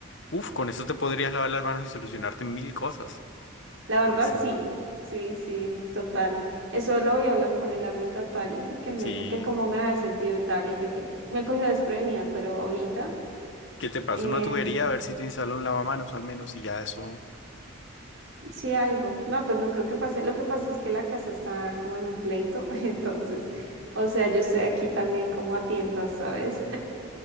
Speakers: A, on the left; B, on the right.
A: uf, con eso te podrías lavar las manos y solucionarte mil cosas.
B: La verdad,
A: Es
B: sí,
A: importante.
B: sí, sí, total. Eso lo voy a hablar con el arrendatario porque él me
A: Sí,
B: dijo que cómo me había sentido y tal, y yo y me cogió desprevenida, pero ahorita
A: que te pase
B: eh,
A: una tubería a ver si te instala un lavamanos al menos y ya eso.
B: sí algo. No, pues no creo que pase. Lo que pasa es que la casa está como en un pleito, <laughs> entonces, o sea, yo estoy aquí también como a tientas, ¿sabes?